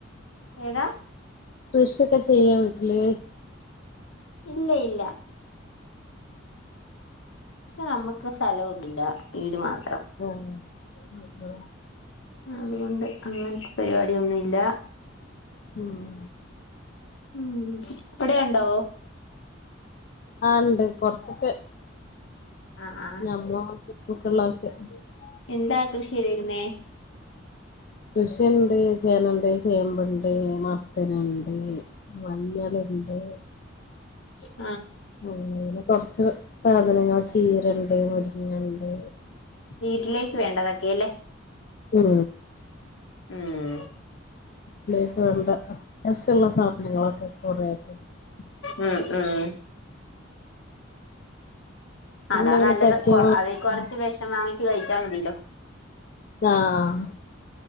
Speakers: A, on the left; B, on the left.
A: ഏതാ?
B: കൃഷിയൊക്കെ ചെയ്യും വീ
A: ഇല്ല ഇല്ല. ഹ നമ്മുക്ക് സ്ഥലോന്നുല്ല വീട് മാത്ര
B: <unintelligible> ആ ഹാ
A: അതുകൊണ്ട് അങ്ങനത്തെ പരുപാടിയൊന്നുയില്ല
B: ഉം
A: ഊം ഇവിടെഒണ്ടോ
B: ആ ഒണ്ട് കൊറച്ചൊക്കെ
A: ആഹ്
B: നമ്മള് <unintelligible>
A: എന്താ <unintelligible> ശരിയാകുന്നെ
B: കൃഷിണ്ട്, ചേനാണ്ട്, ചെമ്പുണ്ട്, മ ത്തനുണ്ട്, മഞ്ഞളുണ്ട്
A: <inaudible>
B: ആ പിന്നെ കൊറച്ച് സാധനങ്ങള് ചീരണ്ട് മുരിങ്ങണ്ട്
A: വീട്ടിലേക്ക് വേണ്ടതൊക്കെ അല്ലേ
B: ഉം
A: ഊം
B: വീട്ടിലേക്ക് വേണ്ട <unintelligible> <unintelligible>
A: ആ ആ
B: പിന്നെ
A: അതാ
B: ഇങ്ങനെ
A: നല്ലത്
B: ചക്കയും
A: കൊ അത് കൊറച്ച്
B: ആ
A: വിഷം വാങ്ങിച്ച് കഴിച്ചാ മതിയല്ലോ
B: ആഹ്